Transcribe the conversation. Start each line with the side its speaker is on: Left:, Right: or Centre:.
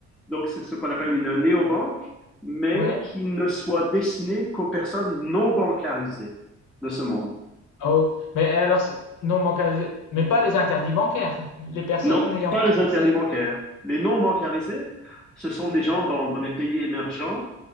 Centre: Donc, c'est ce qu'on appelle une néobanque, mais
Left: ouais.
Centre: qui ne soit destinée qu'aux personnes non bancarisées de ce monde.
Left: Oh, mais alors, ce- non bancaire, mais pas les interdits bancaires, les personnes
Centre: Non,
Left: n'ayant
Centre: pas
Left: pas
Centre: les interdits
Left: accès
Centre: bancaires. Les non bancarisés, ce sont des gens dans, dans des pays émergents